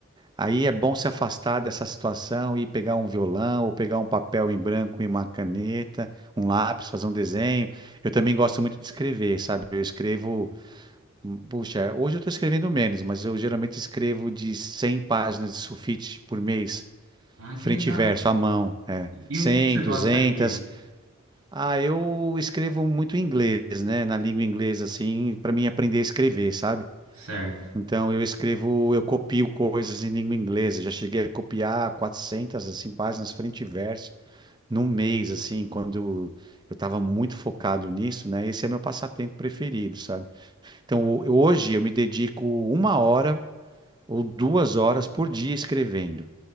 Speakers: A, on the right; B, on the right.
A: aí é bom se afastar dessa situação e pegar um violão ou pegar um papel em branco e uma caneta, um lápis, fazer um desenho. Eu também gosto muito de escrever, sabe? Eu escrevo, puxa, hoje eu estou escrevendo menos, mas eu geralmente escrevo de 100 páginas de sulfite por mês,
B: Ah,
A: frente
B: que legal.
A: e verso, à mão, é.
B: E
A: 100,
B: o que que você
A: 200.
B: gosta de...
A: Ah, eu escrevo muito em inglês, né? Na língua inglesa, assim, para mim aprender a escrever, sabe?
B: Certo.
A: Então eu escrevo, eu copio coisas em língua inglesa. Já cheguei a copiar 400 assim páginas frente e verso num mês assim, quando eu estava muito focado nisso, né? Esse é meu passatempo preferido, sabe? Então ho- hoje eu me dedico uma hora ou duas horas por dia escrevendo,